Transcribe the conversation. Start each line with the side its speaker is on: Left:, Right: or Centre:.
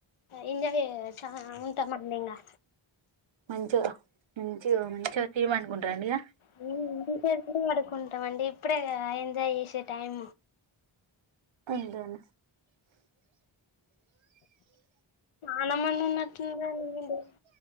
Left: ఎంజయ్ చేసా ఉంటా మండి ఇంగా
Right: మంచిగా మంచిగా మంచిగా తిని పనుకుంటార అండి ఇక
Left: <unintelligible> పడుకుంటాం అండి ఇప్పుడే గద ఎంజాయ్ చేసే టైం
Right: కుందను
Left: ఆనామంద్ ఉన్నట్రన్ వీళ్ళు